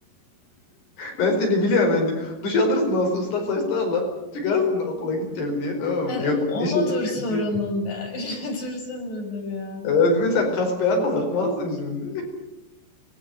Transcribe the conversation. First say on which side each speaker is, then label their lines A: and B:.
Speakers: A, on the left; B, on the left.
A: Ben seni biliyorum yani. Duş alırsın olsun ıslak saçlarla. Çıkarsın okula gideceğim diye tamam
B: Hani
A: mı? Yok
B: o
A: işe
B: mudur
A: gideceğim
B: sorunun
A: diye.
B: yani? <laughs> Düşünsün müdür ya?
A: Ee, sen kask falan da takmazsın şimdi.